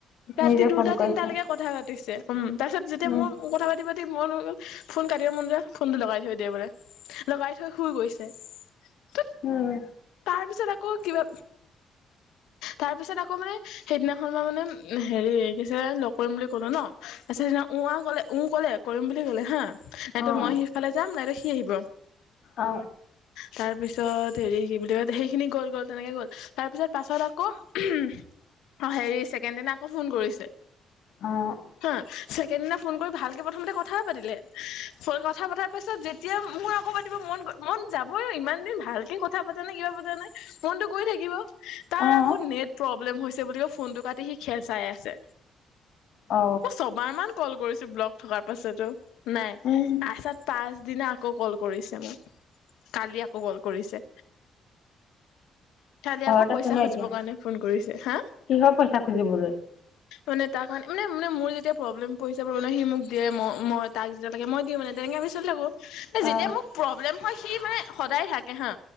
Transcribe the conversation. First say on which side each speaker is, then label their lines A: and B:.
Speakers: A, on the left; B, on the left.
A: ৰাতি
B: নিজে
A: দুটা
B: ফোন কৰিছে
A: তিনটা লৈকে কথা পাতিছে উম তাৰ পিছত যেতিয়া
B: উম
A: মোৰ কথা পাতিবা মন হৈ গ'ল ফোন কাটিব মন যে ফোনটো লগাই থৈ দিয়ে বোলে লগাই থৈ শুই গৈছে <inaudible>
B: হম
A: তাৰ পিছত আকৌ কিবা তাৰ পিছত আকৌ মানে সেইদিনাখন মই মানে হেৰি কিছলে লগ কৰিম বুলি কলো ন সিদিনা উ আ ক'লে ও কলে কৰিম বুলি কলে হা নাইতো
B: অ'
A: মই সিফালে যাম নাইতো সি আহিব
B: অ
A: তাৰ পিছত হেৰি কি বুলি কয় সেইখিনি গল গ'ল তেনেকে গ'ল তাৰ পিছত পাছত আকৌ উম হ হেৰি ছেকেণ্ড দিনা আকৌ ফোন কৰিছে
B: অ'
A: হা ছেকেণ্ড দিনা ফোন কৰি কৰি ভালকৈ প্ৰথমতে কথাই পাতিলে কথা পতাত ত পিছত যেতিয়া মোৰ আকৌ পাতিব মন মন যাবই ইমান দিন ভালকেই কথা পাতা নাই কিবা ফোনটো কৰি থাকিব তাৰ
B: অ' অ'
A: আকৌ নেট প্ৰৱ ব্লেম হৈছে বুলি কৈ ফোনটো কাটি সি খেল চাই আছে
B: অ
A: মই ছবাৰ মান কল কৰিছো ব্লক থকাৰ পাছতো নাই
B: উম
A: আচাত পাছ দিনা আকৌ কল কৰিছে মোক কালি আকৌ কল কৰিছে। খালি
B: ঘৰত
A: আকৌ পইচা
B: আছে ন
A: খুজিবৰ
B: এতিয়া
A: কাৰণে ফোন কৰিছে হা।
B: কিহৰ পইচা খুজিবলৈ
A: মানে তাৰ কাৰণে মানে মোৰ যেতিয়া প্ৰব্লেম পইচা প্ৰব্লেম সি মোক দিয়ে, মই তাক যেতিয়া লাগে মই দি মানে তেনেকে চলিলে বাও এ যেতিয়া
B: অ
A: মোক প্ৰব্লেম হয় সি মানে সদায় থাকে হা